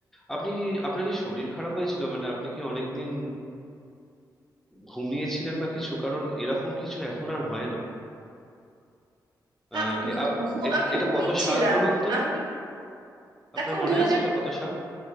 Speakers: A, in the centre; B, on the right (about 75°).
A: আপনি কি আপনার কি শরীর খারাপ হয়েছিল মানে আপনি কি অনেকদিন ঘুমিয়েছিলেন বা কিছু কারণ এরকম কিছু এখন আর হয় না আহ,
B: আ,
A: এ-
B: ঘু-
A: আপ-
B: ঘু-
A: এট-
B: আমি
A: এটা
B: ঘুমিয়েছিলাম
A: কত সাল বলুন তো
B: আমি
A: আপনার
B: এখন
A: মনে
B: দুই হাজার
A: আছে এটা কত সাল